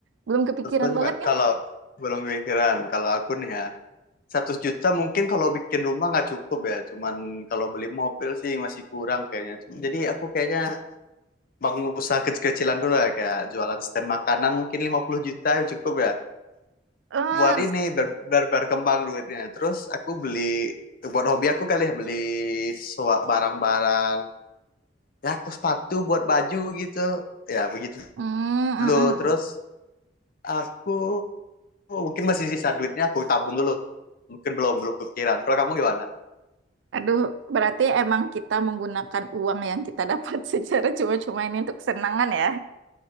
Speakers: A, on the right; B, on the left.
A: Belum kepikiran
B: Tentunya
A: banget
B: Mat,
A: nih.
B: kalau belum kepikiran, kalau aku nih ya, 100 juta mungkin kalau bikin rumah nggak cukup ya, cuman kalau beli mobil sih masih kurang kayaknya. Jadi aku kayaknya bangun usaha kecil-kecilan dulu ya, kayak jualan stand makanan mungkin 50 juta cukup ya.
A: Eh,
B: buat
A: s-
B: ini biar, biar, biar kembang duitnya terus aku beli buat hobi aku kali ya beli sua- barang-barang ya aku sepatu buat baju gitu ya begitu
A: mm, mm,
B: dulu
A: mm.
B: terus aku mungkin masih sisa duitnya aku tabung dulu mungkin belum belum kepikiran kalau kamu gimana
A: Aduh, berarti emang kita menggunakan uang yang kita dapat <laughs> secara cuma-cuma ini untuk kesenangan ya.